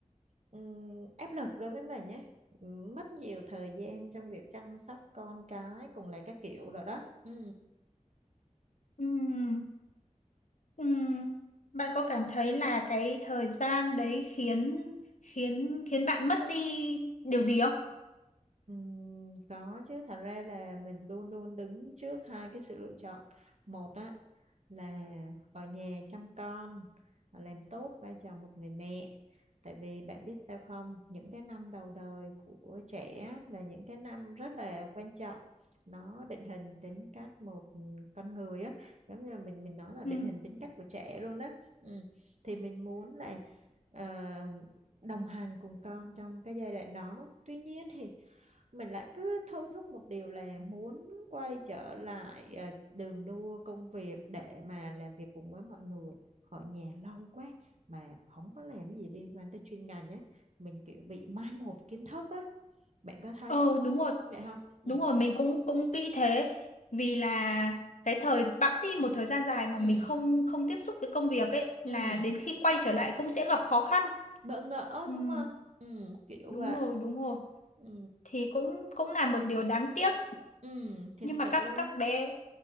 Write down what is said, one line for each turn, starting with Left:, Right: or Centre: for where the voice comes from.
Right: ừ, áp lực đối với mình nhé mất nhiều thời gian trong việc chăm sóc con cái cùng là các kiểu rồi đó ừ.
Left: Ừm, ừm. Bạn có cảm thấy là cái thời gian đấy khiến khiến khiến bạn mất đi điều gì không?
Right: Ừm, có chứ thật ra là mình luôn luôn đứng trước hai cái sự lựa chọn một á là ở nhà chăm con à, làm tốt vai trò một người mẹ tại vì bạn biết sao không những cái năm đầu đời của trẻ á, là những cái năm rất là quan trọng nó định hình tính cách một con người á giống như là mình mình nói là định
Left: ừ,
Right: hình tính cách của trẻ luôn á ừ. thì mình muốn là ờ, đồng hành cùng con trong cái giai đoạn đó tuy nhiên thì mình lại cứ thôi thúc một điều là muốn quay trở lại à, đường đua công việc để mà làm việc cùng với mọi người ở nhà lâu quá mà không có làm gì liên quan tới chuyên ngành nhé mình kiểu bị mai một kiến thức á bạn có thấy
Left: Ờ đúng rồi.
Right: vậy không ừ
Left: Đúng rồi, mình cũng cũng nghĩ thế vì là cái thời bẵng đi một thời gian dài mà
Right: ừ
Left: mình không không tiếp xúc với công việc ấy là
Right: ừ
Left: đến khi quay trở lại cũng sẽ gặp khó khăn.
Right: bỡ ngỡ
Left: Ừm,
Right: đúng không ừ kiểu
Left: đúng
Right: vậy
Left: rồi, đúng rồi.
Right: ừ
Left: thì cũng cũng là một điều đáng tiếc
Right: ừ thiệt
Left: nhưng
Right: sự
Left: mà các
Right: luôn
Left: các bé